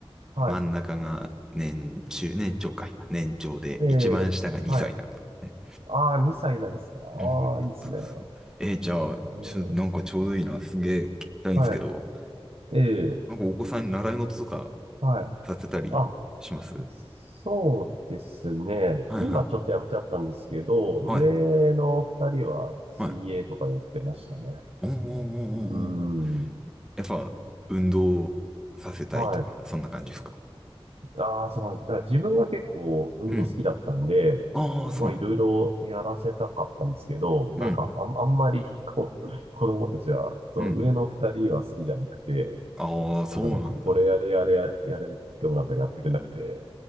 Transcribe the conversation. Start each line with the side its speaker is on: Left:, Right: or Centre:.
Right: はい。
Centre: 真ん中が年中、年長か、今、年長で、
Right: ええはい。
Centre: 一番下が2歳なんですね。
Right: ああ、2歳なんですか。ああ、
Centre: うん
Right: いいですね。
Centre: そうそう。えーじゃあ、
Right: ええ
Centre: ちょ、なんかちょうどいいな。すげえ聞きたいんですけど、
Right: はい。ええ
Centre: なんかお子さんに習い事とか
Right: はい。
Centre: させたりします
Right: あ、そうですね。
Centre: はいは
Right: 今ちょっとやめちゃったんですけど、
Centre: い。はい。
Right: 上の二人は水泳とかやってましたね。
Centre: はい。おーおーお
Right: うー
Centre: ーおーおー。
Right: ん。
Centre: やっぱ、運動させたいとか、
Right: はい。
Centre: そんな感じですか
Right: ああ、そう。だから自分が結構運動好きだったんで、
Centre: うん。ああ、そうなんだ。
Right: まあいろいろやらせたかったんですけど、なんかあん、
Centre: うん。
Right: あんまりこう、<laughs> 子供たちは、そう、
Centre: うん。
Right: 上の二人は好きじゃなくて、
Centre: ああ、そうなんだ。
Right: なんかこう、これやれやれやれやれって言ってもなんかやってくれなくて、